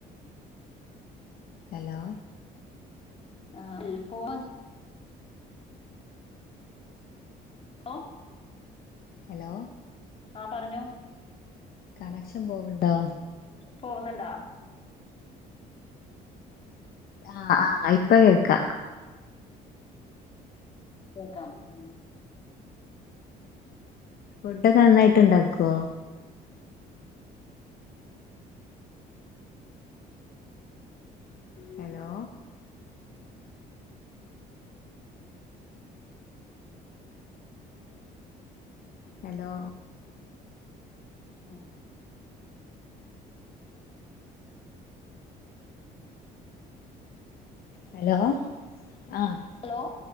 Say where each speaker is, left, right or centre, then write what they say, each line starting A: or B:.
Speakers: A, on the left; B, on the left.
A: ഹലോ
B: ആ <unintelligible> ഓ
A: ഹലോ
B: ആ പറഞ്ഞോ
A: കണക്ഷൻ പോവണ്ടോ
B: പോകുന്നുണ്ടാ
A: ആഹ് ആഹ് ഇപ്പൊ കേക്കാം
B: കേക്കാം ഉം
A: ഫുഡൊക്കെ നന്നായിട്ട് ഇണ്ടാക്കുവോ ഹലോ ഹലോ
B: ആ
A: ഹലോ ആഹ്
B: ഹലോ